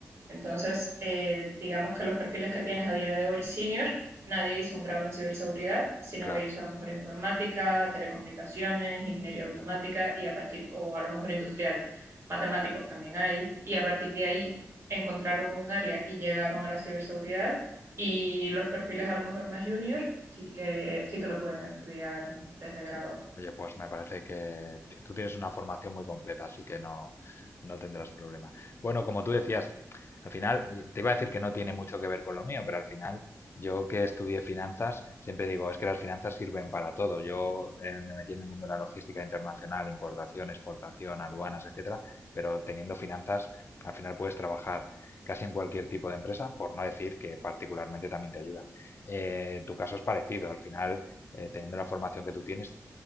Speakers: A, on the right (about 50°); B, on the left (about 45°).
A: Entonces, eh, digamos que los perfiles que tienes a día de hoy senior, nadie hizo un grado en ciberseguridad, sino
B: claro.
A: que hizo a lo mejor informática, telecomunicaciones, ingeniería automática y a partir, o a lo mejor industrial, matemáticos también hay, y a partir de ahí encontraron un área y llegaron a la ciberseguridad y los perfiles a lo mejor más junior sí que, sí que lo pueden estudiar desde grado.
B: Oye, pues me parece que t- tú tienes una formación muy completa, así que no, no tendrás problema. Bueno, como tú decías, al final, y te iba a decir que no tiene mucho que ver con lo mío, pero al final, yo que estudié finanzas, siempre digo, es que las finanzas sirven para todo. Yo eh, me metí en el mundo de la logística internacional, importación, exportación, aduanas, etcétera, pero teniendo finanzas, al final puedes trabajar casi en cualquier tipo de empresa, por no decir que particularmente también te ayuda. Eh, tu caso es parecido, al final eh, teniendo la formación que tú tienes,